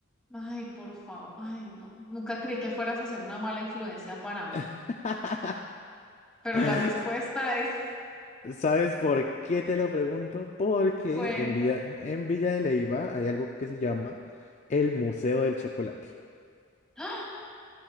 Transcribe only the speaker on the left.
<laughs>
S-
¿Sabes por qué te lo pregunto? Porque
en Villa, en Villa de Leiva hay algo que se llama el Museo del Chocolate.